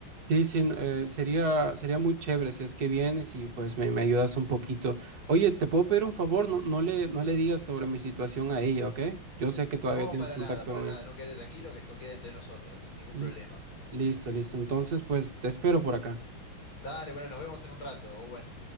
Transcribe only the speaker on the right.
Sí, sí, no, eh, sería, sería muy chévere si es que vienes y pues me, me ayudas un poquito. Oye, ¿te puedo pedir un favor? No, no le, no le digas sobre mi situación a ella, ¿ok? Yo sé que todavía
tienes
contacto
con
él.
L-
listo, listo. Entonces, pues te espero por acá.